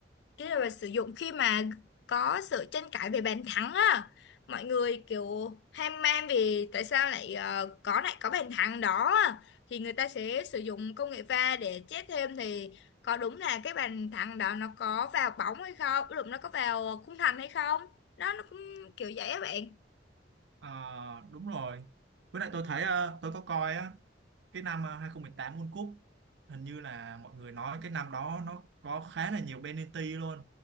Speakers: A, on the left; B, on the right.
A: cái là sử dụng khi mà có sự tranh cãi về bàn thắng á mọi người kiểu ham man vì tại sao lại ờ, có lại có bàn thắng đó á. thì người ta sẽ sử dụng công nghệ va để chết thêm thì có đúng là cái bàn thắng đó nó có vào bóng hay không lúc nó có vào khung thành hay không đó nó cũng kiểu vậy á bạn
B: Ờ, đúng rồi. Với lại tôi thấy ờ, tôi có coi á, cái năm ờ, 2018 World Cup hình như là mọi người nói cái năm đó nó có khá là nhiều penalty luôn.